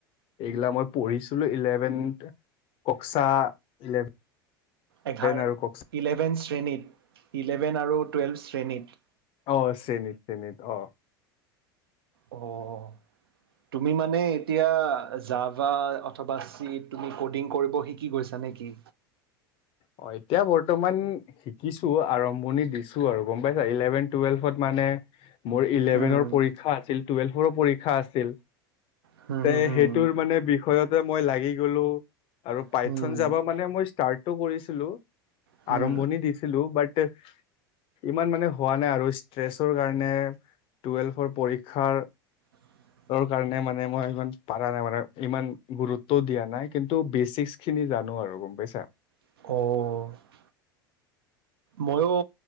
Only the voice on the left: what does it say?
এইগিলাক মই পঢ়িছিলো ইলেভেন কক্সা ইলেভেন
আৰু কক্সা
অ', শ্ৰেণীত অ'।
অ', এতিয়া বৰ্তমান শিকিছো আৰম্ভণি দিছো আৰু গম পাইছা ইলেভেন টুৱেল্ভত মানে মোৰ ইলেভেনৰ
পৰীক্ষা আছিল টুৱেলভৰো পৰীক্ষা আছিল।
তে
সেইটোৰ মানে বিষয়তে মই লাগি গ'লো। আৰু পাইথন
জাবা মানে মই ষ্টাৰ্টটো কৰিছিলো।
আৰম্ভণি দিছিলো বাত ইমান মানে হোৱা নাই আৰু ষ্ট্ৰেছৰ কাৰণে টুৱেলভৰ পৰীক্ষাৰ
কাৰণে মানে মই ইমান পাৰা নাই মানে ইমান গুৰুত্ব দিয়া নাই। কিন্তু বেছিক খিনি জানো আৰু গম পাইছা।